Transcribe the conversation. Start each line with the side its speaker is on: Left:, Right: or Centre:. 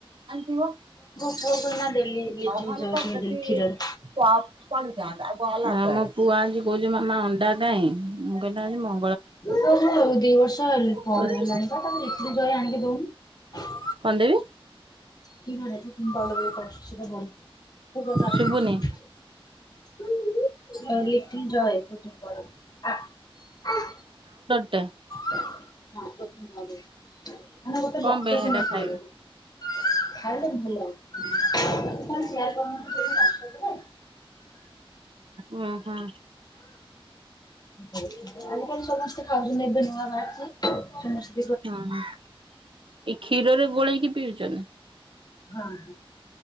Right: ଆସିବ।
Left: ପୁଅ କୁ ଏଇନା। ଦେଲି ଲିଟିଲ
Right: ନହେଲେ
Left: ଜୟ
Right: ତ
Left: ଟିକେ
Right: ସେଠି
Left: ଦେଲି କ୍ଷୀରରେ।
Right: ଚା ପଡ଼ିଥାନ୍ତା ଆ ଆଉ ମୋ ପୁଅ ଆଜି କହୁଛି ମାମା ଅଣ୍ଡା କାଇଁ ମୁଁ କହିଲି ଆଜି ମ
Left: ଉ ଦି ବର୍ଷ ହେ ପରେ
Right: କହୁଛି
Left: ହେଲେଣିିବା ତାକୁ ଲିଟରି ଜଏ ଆଣିକି ଦଉନୁ।
Right: କଣ ଦେବି
Left: କି ମାନେ ପ୍ରଥମ ଭଲ ବିତ ଆସଛି ସେଟ ବ।
Right: ଶୁଭୁନି
Left: <unintelligible> ଆଉ ଲିଟିଲ ଜୟ କୁଟିମ୍ ଆ ।
Right: ଟା।
Left: <inaudible>
Right: କଣ
Left: ବକ୍ସ
Right: ପାଇଁ ସେଟା
Left: ନେଇ
Right: ଖାଇବେ।
Left: ପଳେଇବୁ ଖାଇଲେ ଭଲ। ସେୟାର କରୁନଥିଲି ତତେ ୱାଟସପରେ।
Right: ହଁ ହଁ।
Left: ଆଜିକାଲି ସମସ୍ତେ ଖାଉଛନ୍ତି ଏବେ ନୂଆ ବାହାରିଛି ସମସ୍ତେ
Right: ହଁ ଏଇ କ୍ଷୀରରେ ଗୋଳେଇ କି ପିଉଛନ୍ତି।
Left: ହଁ